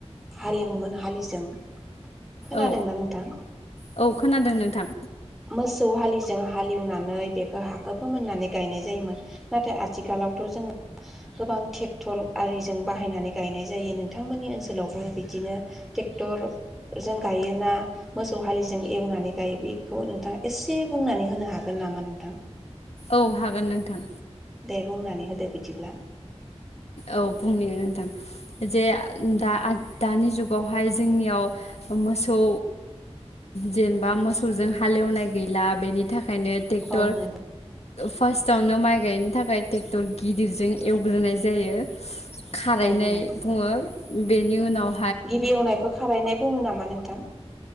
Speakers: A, in the centre; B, on the left (about 65°).
A: हालेवोमोन हालिजों। खोनादोंना
B: औ
A: नोंथां
B: औ खोनादों नोंथां
A: मोस सौवालिस जों हालेवनानै बेखौ हाखो फोमोननानै गायनाय जायोमोन नाथाय आथिखालावथ जों गोबां ट्रेक्टर आरिजों बाहायनानै गायनाय जायो नोंथांमोननि ओनसोलावबो बिदिनो ट्रेक्टरजों गायोना मोसौ हालिजों एवनानै गायो बेखौ नोंथाङा एसे बुंनानै होनो हागोन नामा नोंथां?
B: औ हागोन नोंथां।
A: दे बुंनानै होदो। बिदिब्ला
B: औ बुंनि नोंथां। जे दा दानि जुगावहाय जोंनियाव मोसौ जेनेबा मोसौजों हालेवनाय गैला बेनि थाखा खायनो टेक्टर
A: औ नंगौ
B: फास्टावनो माइ गायनो थाखाय। <unintelligible> गिदिरजों एवग्रोनाय जायो। खारायनाय
A: औ नंगौ
B: बुङो। बेनि उनाव
A: गिबि एवनायखौ खारानाय बुङो नामा नोंथां?